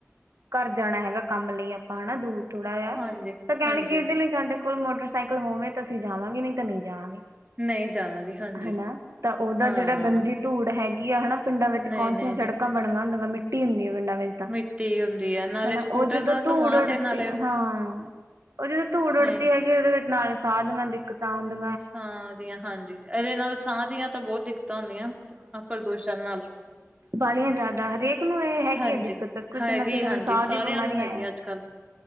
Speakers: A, on the right (about 70°); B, on the right (about 25°).
A: ਘਰ ਜਾਣਾ ਹੈਗਾ ਕੰਮ ਲਈ ਆਪਾਂ ਹੈਨਾ ਦੂਰ ਥੋੜ੍ਹਾ ਜਿਹਾ
B: ਹਾਂਜੀ
A: ਤਾਂ ਕਹਿਣਗੇ,
B: ਹਾਂਜੀ
A: ਇਹਦੇ ਲਈ ਸਾਡੇ ਕੋਲ ਮੋਟਰਸਾਈਕਲ ਹੋਵੇ ਤਾਂ ਅਸੀਂ ਜਾਵਾਂਗੇ, ਨਹੀਂ ਤਾਂ ਨਹੀਂ ਜਾਵਾਂਗੇ।
B: ਨਹੀਂ ਜਾਣਾ ਜੀ ਹਾਂਜੀ
A: ਹੈਨਾ, ਤਾਂ ਉਹਦਾ
B: ਹਾਂ
A: ਜਿਹੜਾ ਗੰਦੀ ਧੂੜ ਹੈਗੀ ਆ ਹੈਨਾ, ਪਿੰਡਾਂ ਵਿੱਚ
B: ਨਹੀਂ
A: ਕੌਣ
B: ਨਹੀਂ
A: ਸਿਆ ਸੜਕਾਂ,
B: ਜੀ
A: <unintelligible> ਮਿੱਟੀ ਹੁੰਦੀ ਏ ਪਿੰਡਾਂ ਵਿੱਚ ਤਾਂ। ਹੈਨਾ,
B: ਮਿੱਟੀ ਹੁੰਦੀ ਹੈ ਨਾਲੇ ਸਕੂਟਰ
A: ਉਹ ਜਦੋਂ
B: ਦਾ
A: ਧੂੜ
B: ਧੂੰਆਂ
A: ਉੱਡਦੀ,
B: ਤੇ ਨਾਲੇ
A: ਹਾਂ। ਉਹ ਜਦੋਂ ਧੂੜ ਉੱਡਦੀ
B: ਨਹੀਂ
A: ਹੈਗੀ, ਉਹਦੇ ਵਿੱਚ ਨਾਲ ਸਾਧ ਦੇ ਨਾਲ ਦਿੱਕਤ ਆਂਦੀ
B: ਸਾਹ ਦੀਆਂ ਹਾਂਜੀ, ਇਹਦੇ ਨਾਲ ਸਾਹ ਦੀਆਂ ਤਾਂ ਬਹੁਤ ਦਿੱਕਤਾਂ ਹੁੰਦੀਆਂ। ਹਾਂ, ਪ੍ਰਦੂਸ਼ਣ ਨਾਲ
A: ਵਾਲੀਆਂ ਜ਼ਿਆਦਾ, ਹਰੇਕ ਨੂੰ ਇਹ ਹੈਗੀ
B: ਹਾਂਜੀ
A: ਹੈ ਦਿੱਕਤ, ਕਿਸੇ
B: ਹੈਗੀ
A: ਨਾ ਕਿਸੇ
B: ਹਾਂਜੀ
A: ਨੂੰ ਸਾਹ ਦੀ
B: ਸਾਰਿਆਂ
A: ਬਿਮਾਰੀ
B: ਨੂੰ
A: ਹੈ।
B: ਹੈਗੀ ਅੱਜ ਕੱਲ